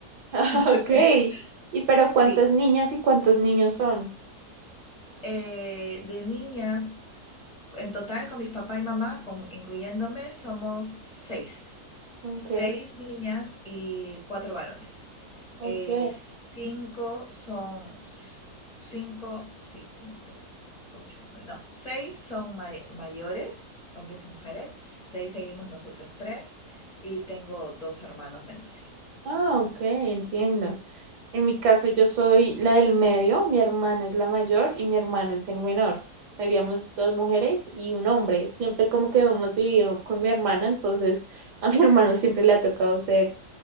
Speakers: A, on the right; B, on the left.
A: Ah,
B: <laughs>
A: Ok.
B: Tres.
A: ¿Y pero
B: Sí,
A: cuántas niñas y cuántos niños son?
B: eh, de niñas, en total con mis papá y mamá, con- incluyéndome, somos seis.
A: Ok.
B: Seis niñas y cuatro varones.
A: Ok.
B: Eh, cinco son, s- cinco, sí, cinco, ocho, nueve, no, seis son may- mayores, hombres y mujeres. De ahí seguimos nosotras tres y tengo dos hermanos menores.
A: Ah, ok, entiendo. En mi caso, yo soy la del medio, mi hermana es la mayor y mi hermano es el menor. Seríamos dos mujeres y un hombre. Siempre como que hemos vivido con mi hermana, entonces <laughs> a mi hermano siempre le ha tocado ser